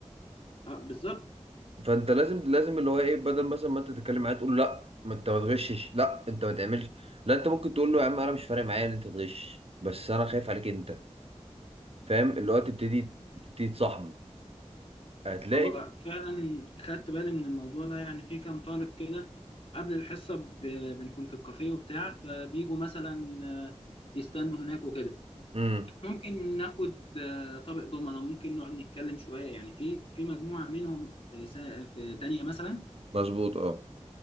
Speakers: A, on the left; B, on the right.
A: أه بالظبط
B: فانت لازم لازم اللي هو ايه بدل مثلا ما انت تتكلم معاه تقول له لا ما انت ما تغشش لا انت ما تعملش لا انت ممكن تقول له يا عم انا مش فارق معايا ان انت تغش بس انا خايف عليك انت فاهم اللي هو تبتدي تبتدي تصاحبه هتلاقي
A: هو فعلا خدت بالي من الموضوع ده يعني في كام طالب كده قبل الحصة ب- بنكون في الكافيه وبتاع فبيجوا مثلا آه، يستنوا هناك وكده
B: امم
A: ممكن ناخد آه، طبق دومنا ممكن نقعد نتكلم شوية يعني في في مجموعة منهم في سا- في دانيا مثلا
B: مظبوط اه